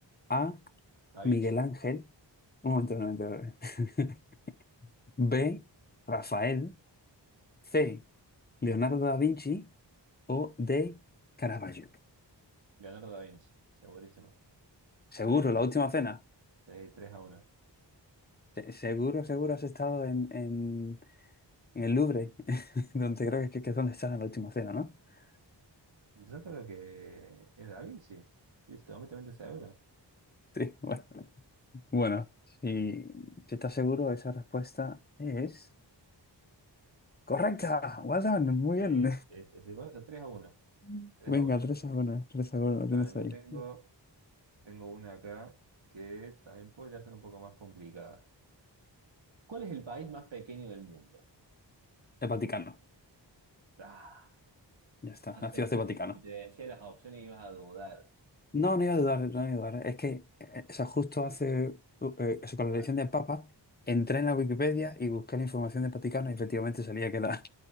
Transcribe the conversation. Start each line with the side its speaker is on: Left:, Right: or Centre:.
Left: A.
Right: Da
Left: Miguel
Right: Vinci,
Left: Ángel. Un momento, un momento. un momento. <laughs> B. Rafael. C. Leonardo da Vinci. O D. Caravaggio.
Right: Leonardo da Vinci, segurísimo.
Left: ¿Seguro?
Right: tres
Left: ¿La
Right: a uno
Left: última cena?
Right: Sí, tres a uno
Left: Se- Seguro, seguro has estado en, en, en el Louvre, <laughs> donde creo que, que es donde está la última cena, ¿no? <laughs>
Right: Yo creo que es Da Vinci, estoy completamente seguro.
Left: Sí, bueno. Bueno, si, si estás seguro, esa respuesta es correcta. Well done, muy
Right: Es,
Left: bien.
Right: es, es de Barça, 3 a uno
Left: <laughs>
Right: tres
Left: Venga,
Right: a uno
Left: tres a 1, 3 a 1, lo tienes
Right: A ver, yo
Left: ahí.
Right: tengo, tengo una acá que también puede ya ser un poco más complicada. ¿Cuál es el país más pequeño del mundo?
Left: El Vaticano,
Right: Ah,
Left: ya está,
Right: no
Left: la
Right: sé,
Left: ciudad
Right: que
Left: del Vaticano.
Right: si, si te decía las opciones ibas a dudar.
Left: No, no iba a dudar, no iba a dudar. Es que, eh, o sea, justo hace, uh, eh, eso, con
Right: Bueno,
Left: la elección del Papa, entré en la Wikipedia y busqué la información del Vaticano y efectivamente salía que era